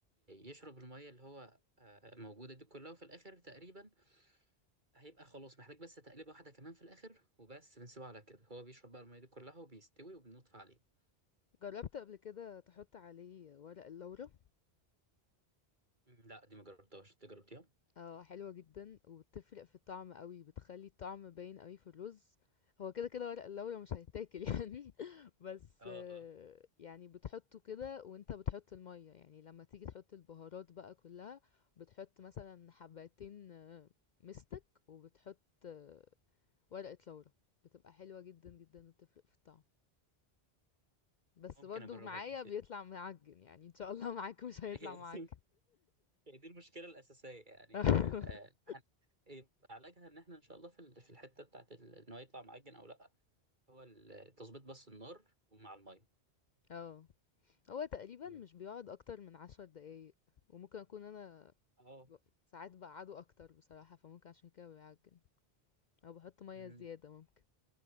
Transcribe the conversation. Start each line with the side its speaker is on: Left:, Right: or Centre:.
Right: يشرب الميه اللي هو آه، موجوده دي كلها وفي الاخر تقريبا هيبقى خلاص محتاج بس تقليبه واحده كمان في الاخر وبس بنسيبه على كده هو بيشرب بقى الميه دي كلها وبيستوي وبنطفي عليه
Left: جربت قبل كده تحط عليه ورق اللورا
Right: م، لا دي ما جربتهاش انت جربتيها
Left: اه حلوة جدا وبتفرق في الطعم قوي بتخلي الطعم باين قوي في الرز هو كده كده ورق اللورا مش هيتاكل <laughs> يعني بس
Right: اه
Left: آه،
Right: اه
Left: يعني بتحطه كده وانت بتحط المية يعني لما تيجي تحط البهارات بقى كلها بتحط مثلا حبتين آه، مستك وبتحط آه، ورقة لورا بتبقى حلوة جدا جدا وبتفرق في الطعم بس
Right: ممكن
Left: برضو
Right: اجربها
Left: معايا
Right: دي
Left: بيطلع معجن يعني ان شاء الله <laughs> معاك مش هيطلع
Right: <laughs>
Left: معجن
Right: هي دي المشكله الاساسيه يعني
Left: <laughs>
Right: آه، يعني يبقى علاجها ان احنا ان شاء الله في ال- في الحته بتاعت ال- ان هو يطلع معجن او لا هو ال- تظبيط بس النار ومع الميه
Left: اه هو تقريبا
Right: مم.
Left: مش بيقعد اكتر من عشر دقايق وممكن اكون انا
Right: اه
Left: ب- ساعات بقعده اكتر بصراحة فممكن عشان كده بيعجن او بحط مية
Right: مم.
Left: زيادة ممكن